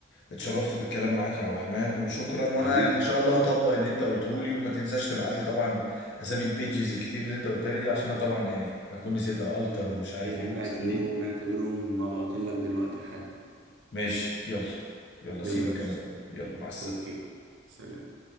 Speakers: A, on the left; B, on the right.
A: اتشرفت بالكلام معاك يا عبد الرحمن وشكرا وانا
B: حبيبي
A: يعني ان شاء الله هطبق اللي انت قلته لي وما تنساش تبعت لي طبعا اسامي البيجز الكتير اللي انت قلتها لي دي عشان انا طبعا يعني هكون نسيتها التر ومش عارف
B: يا
A: ايه
B: عم
A: والاسامي
B: اعتبرهم
A: دي
B: اعتبرهم مبعوتين لك دلوقتي حل
A: ماشي يلا يلا سيبك
B: يلا يا باشا
A: انا بقى
B: سلام
A: يلا مع السلامة
B: اوكي سلام